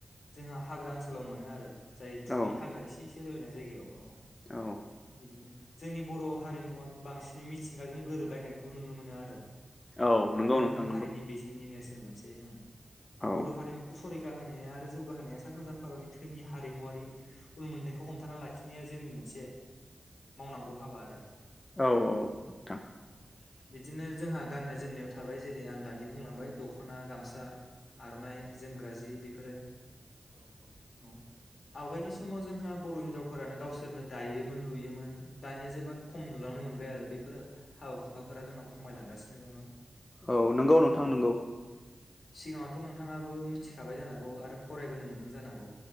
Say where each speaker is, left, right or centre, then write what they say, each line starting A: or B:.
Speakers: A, on the left (about 80°); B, on the left (about 30°).
A: जोंहा हाग्रा ओनसोलाव मोनो आरो जाय थुरि
B: औ
A: हाग्रा एसे ए से रजनाय जायगायाव औ
B: औ
A: बिदिनो जोंनि बर' हारिमुवा बांसिनै मिथिंगाजों गोरोबलायनाय खौ नुनो मोनो आरो
B: औ
A: आरो
B: नंगौ
A: गोख्रों
B: नोंथां नंगौ
A: हारिनि बेसेननि नेरसोन सोर मोनसे ओं
B: औ
A: बड हारिमुखौ संरै जौगा होनाया आरो जौगाहोनाया सा सानजा भारतनि थोनि हारिमुवारि उन मोन्थायखौ हमथाना लाखिनाया जोंनि मोनसे मावनांगौ हाबा आरो
B: औ औ नोंथां
A: औ बिदिनो जोंहा गाननाय जोमनायाव थाबाय जेरै आं दानि बुंलांबाय दखना, गामसा, आरनाइ जोमग्रा जि बेफोरो औ आवगायनि समाव जोंहा बर' हिनजावफोरानो गावसोरनो दायोमोन लुयोमोन दानिया जोबोद खम नुलांनो मोनबाय आरो बेफोर हाबा हु खाफोरा जोंनाव खमायलांगासिनो दङो।
B: औ नंगौ नोंथां नोंगौ।
A: सिगाङावथ नोंथाङाबो मिथिखाबाय जानांगौ आरो फरायबोनो मोनदों जानांगौ।